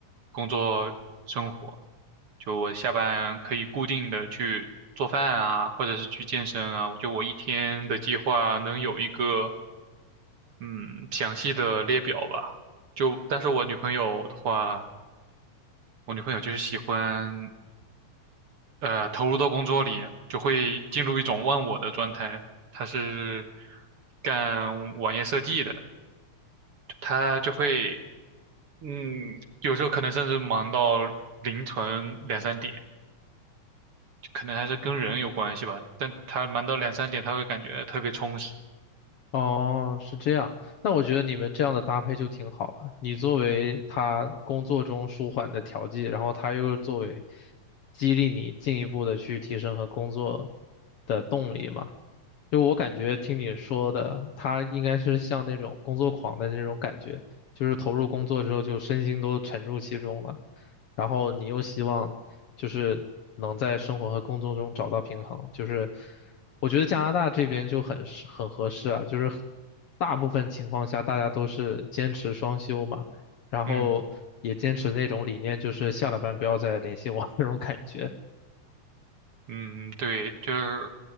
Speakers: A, on the right (about 55°); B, on the left (about 65°).
A: 工作生活。就我下班可以固定的去做饭啊，或者是去健身啊，我就我一天的计划能有一个。嗯，详细的列表吧。就，但是我女朋友的话，我女朋友就是喜欢，呃，投入到工作里，就会进入一种忘我的状态。她是干网页设计的，她就会，嗯，有时候可能甚至忙到凌晨两三点，可能还是跟人有关系吧。但她忙到两三点，她会感觉特别充实。
B: 哦，是这样。那我觉得你们这样的搭配就挺好啊。你作为他工作中舒缓的调剂，然后他又作为激励你进一步的去提升和工作的动力嘛。就我感觉听你说的，他应该是像那种工作狂的那种感觉，就是投入工作之后就身心都沉入其中了，然后你又希望就是能在生活和工作中找到平衡，就是我觉得加拿大这边就很适很合适啊，就是很大部分情况下大家都是坚持双休嘛，然后也坚持那种理念，
A: 嗯。
B: 就是下了班不要再联系我 <laughs> 那种感觉。
A: 嗯，对，就是